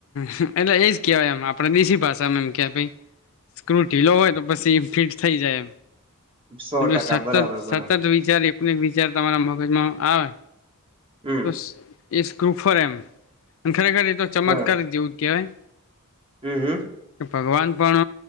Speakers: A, on the left (about 65°); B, on the right (about 25°).
A: હ એટલે એજ કેવાય એમ આપણે દેશી ભાષામા એમ કે ભાઈ સ્ક્રુ ઢીલો હોય તો પછી એ ફિટ થઈ જાય
B: સો
A: એમ
B: ટકા
A: સતત
B: બરાબર
A: સતત
B: બરાબર
A: વિચારી એક વિચાર તમારા મગજમા આવે
B: હમ
A: તો સ એ સ ક્રૂ ફરે એમ અને ખરેખર એ તો ચમક
B: બરાબર
A: કેવાય
B: હમ હમ
A: ભગવાન પણ